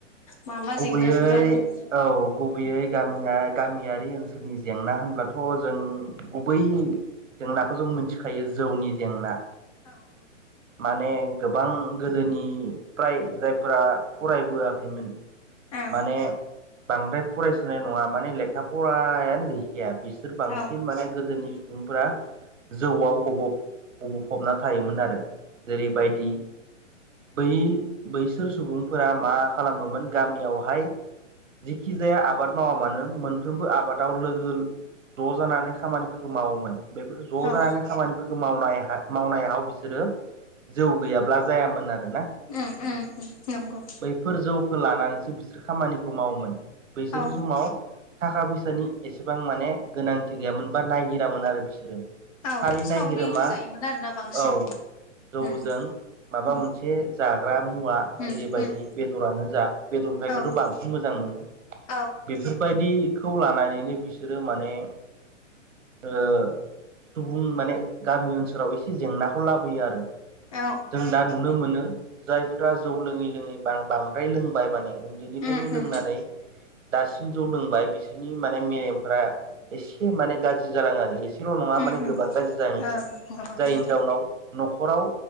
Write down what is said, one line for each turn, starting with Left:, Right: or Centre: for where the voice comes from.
Left: मा मा
Right: गुबैयै
Left: जेंना नोंथाङानो नुयो
Right: औ गुबैयै गामिया। गामियारि ओनसोलनि जेंना होनब्लाथ' जों गुबै जेंनाखौ जों मिथिखायो जौनि जेंना।
Left: औ औ।
Right: माने गोबां गोदोनिफ्राय जायफोरा फराय बोआखैमोन।
Left: औ
Right: माने बांद्राय फरायसुनाय नङा माने लेखा फरायानो गैखाया। बिसोर बांसिन
Left: औ
Right: माने गोदोनि। सुबुंफोरा जौआव‌ गब' फबना थायोमोन आरो। जेरैबायदि बै बैसोर सुबुंफोरा मा खालामोमोन गामियावहाय जेखि जाया आबाद मावा मानो मोनफ्रोमबो आबादाव लोगो ज' जानानै खामानिफोरखौ मावोमोन बेफोरफोरखौ ज'
Left: औ
Right: जानानै खामानिफोरखौ मावनायहय मावनाय हाव बिसोरो जौ गैयाब्ला जायामोन आरोना
Left: उम उम उम नंगौ
Right: बैफोर जौ। खो लानानैसो बिसोर खामानिखौ मावोमोन बैसोरनि
Left: औ
Right: समाव थाखा फैसानि एसेबां माने गोनांथि गैयामोन बा नायगिरामोन आरो बिसोरो
Left: औ
Right: खालि
Left: सावरिल'
Right: नायगिरो मा
Left: जायोमोन आरोना बांसिन
Right: औ जौजों
Left: उम
Right: माबा
Left: उम
Right: मोनसे जाग्रा मुवा
Left: उम
Right: जेरैबायदि
Left: उम
Right: बेदरानो जा बेदरथायोबोथ'
Left: औ
Right: बांसिन मोजां
Left: <inaudible>
Right: मोनो बेफोरबायदिखौ लानानैनो बिसोरो माने ओ सुबुं माने गामि ओनसोलाव एसे जेंनाखौ लाबोयो आरो
Left: औ
Right: जों दा नुनो मोनो जायफ्रा जौ लोंङै - लोंङै बा-बांद्राय लोंबाय माने उन्दैनिफ्रायनो
Left: उम
Right: लोंनानै
Left: उम
Right: दासिम जौ लोंबाय बिसोरनि माने मेलेमफ्रा एसे माने गाज्रि जालांङो आरो ल' नंङा
Left: उम
Right: माने
Left: उम
Right: गोबां गाज्रि जायो
Left: ओं गोबां
Right: जायनि
Left: उम
Right: जावउनाव न'खर न'खराव